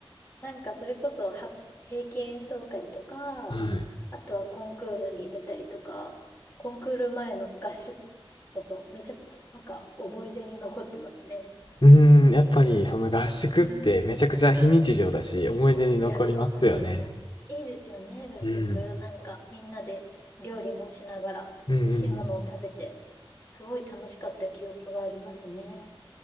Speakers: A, on the left (about 20°); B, on the left (about 55°).
A: なんかそれこそ、は、定期演奏会とか、
B: はい。
A: あとはコンクールに出たりとか、コンクール前の合宿こそ、めちゃめちゃなんか思い出に残ってますね。
B: うーん、やっぱりその合宿ってめちゃくちゃ非日常だし、
A: うん。
B: 思い出に残りますよね。
A: いや、そうなんですよ。いいですよね、合宿。
B: うん。
A: なんかみんなで料理もしながら、
B: うんうんうん。
A: 美味しいものを食べて、すごい楽しかった記憶がありますね。